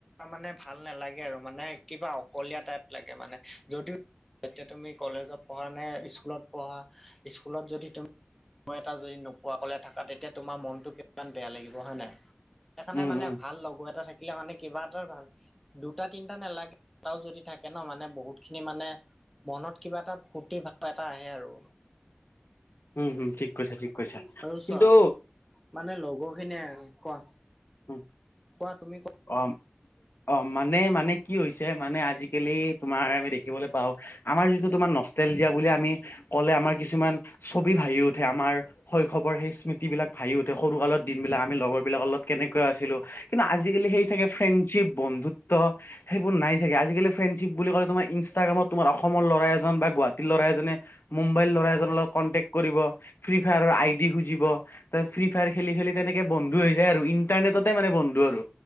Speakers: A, in the centre; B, on the left.
A: মানে ভাল নালাগে আৰু মানে কিবা অকলীয়া টাইপ লাগে মানে। যদিও এতিয়া তুমি কলেজত পঢ়া নে স্কুলত পঢ়া, স্কুলত যদি তুমি লগৰ এটা যদি নোপোৱা অকলে থকা তেতিয়া তোমাৰ মনটো কিমান বেয়া লাগিব হয় নাই। সেইকাৰণে
B: উম
A: মানে
B: উম
A: ভাল লগৰ এটা থাকিলে মানে কিবা এটা ভাল দুটা-তিনিটা নেলাগে এটাও যদি থাকে ন মানে বহুত খিনি মানে মনত কিবা এটা ফূৰ্তি ভাৱ এটা আহে আৰু।
B: উম হুম ঠিক কৈছা, ঠিক কৈছা।
A: আৰু
B: কিন্তু
A: চোৱা মানে লগৰ খিনিয়ে, কোৱা।
B: উ।
A: কোৱা তুমি কো
B: <inaudible> অ মানে মানে কি হৈছে মানে আজিকালি তোমাৰ আমি দেখিবলৈ পাওঁ আমাৰ যিটো তোমাৰ নষ্টেলজীয়া বুলি আমি কলে আমাৰ কিছুমান ছবি ভাহি উঠে আমাৰ শৈশৱৰ সেই স্মৃতি বিলাক ভাবি উঠে সৰু কালৰ দিনবিলাক আমি লগৰ বিলাক অলপ কেনেকৈ আছিলো কিন্তু আজিকালি সেই চাগে ফ্ৰেশিপ বন্ধুত্ব সেইবোৰ নাই চাগে আজিকালি ফ্ৰেণ্ডশিপ বুলি ক'লে তোমাৰ ইনষ্টাগ্ৰামত তোমাৰ অসমৰ ল'ৰা এজন বা গুৱাহাটীৰ ল'ৰা এজনে মুম্বাই লৰা এজনৰ লগত কনক্টে কৰিব ফ্ৰী ফায়াৰৰ আই ডি খুজিব ত ফ্ৰী ফায়াৰ খেলি খেলি তেনেকে বন্ধ হৈ যায় আৰু ইণ্টাৰনেটতে মানে বন্ধু আৰু